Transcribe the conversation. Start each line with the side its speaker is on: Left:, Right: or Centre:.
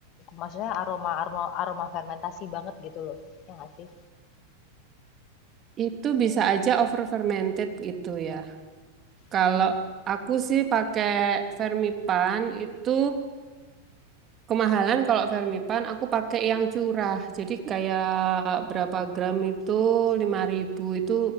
Left: Maksudnya aroma aroma aroma fermentasi banget gitu loh. Ya nggak sih?
Right: Itu bisa aja over fermented gitu ya. Kalau
Left: Hmm.
Right: aku sih pakai Fermipan itu Kemahalan kalau Fermipan aku pakai yang curah. Jadi kayak berapa gram itu 5.000 itu